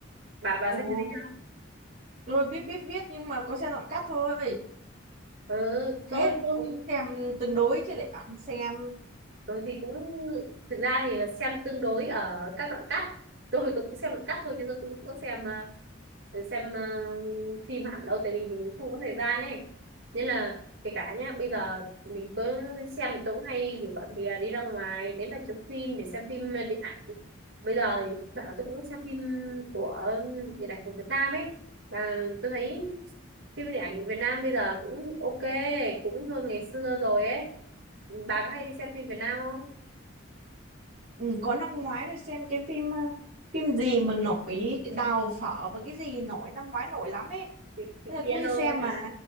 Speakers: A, on the right; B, on the right.
A: bà bà
B: ồ
A: xem cái đấy chưa
B: tôi biết biết biết nhưng mà có xem đoạn cắt thôi
A: ừ,
B: thế
A: tôi tôi
B: cũng, cũng xem tương đối chứ lại bảo không xem
A: tôi thì cũng thực ra thì là xem tương đối ở các đoạn cắt tôi tôi cũng xem đoạn cắt thôi chứ tôi cũng không có xem ờ, xem ờ, phim hẳn đâu tại vì mình không có thời gian ấy nên là kể cả nhá bây giờ mình cứ xem thì tôi cũng hay rủ bạn bè đi ra ngoài đến rạp chiếu phim để xem phim điện ảnh bây giờ thì thỉnh thoảng tôi cũng xem phim của điện ảnh của Việt Nam ấy và tôi thấy phim điện ảnh Việt Nam bây giờ cũng ok cũng hơn ngày xưa rồi ấy bà có hay đi xem phim Việt Nam không
B: ừ, có năm ngoái tôi xem cái phim ờ, phim gì mà nổi cái đào phở và cái gì nổi năm ngoái nổi lắm ấy
A: Thì- thì
B: Thế là
A: piano
B: cũng đi xem
A: ấy hả
B: mà.